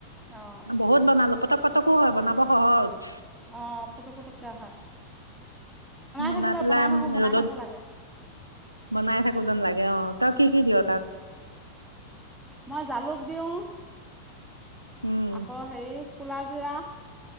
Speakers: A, in the centre; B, on the right (about 85°).
A: অঁ
B: বহুত বন ল পতক পতকো হয় বনাব সহজ
A: অ পুটক পুটকে হয়
B: বনাই
A: থাকিলে
B: পেলাই
A: থাকোঁ বনাই
B: ৰ'দত
A: থাকোঁ লাগে
B: বনাই থাক থাকো যেন লাগে অঁ তই কি কি দিয় তাত
A: মই জালুক দিওঁ
B: উম
A: আক সেই কোলাজিৰা